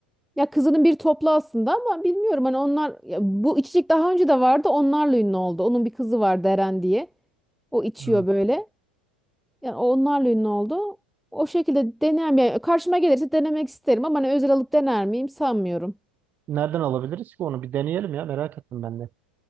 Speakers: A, in the centre; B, on the right.
A: Ya kızının bir toplu aslında ama bilmiyorum hani onlar ya bu içecek daha önce de vardı onlarla ünlü oldu. Onun bir kızı vardı Eren diye. O içiyor
B: Hmm.
A: böyle. Yani onlarla ünlü oldu. O şekilde deneyen yani karşıma gelirse denemek isterim ama hani özel alıp dener miyim sanmıyorum.
B: Nereden alabiliriz ki onu? Bir deneyelim ya merak ettim ben de.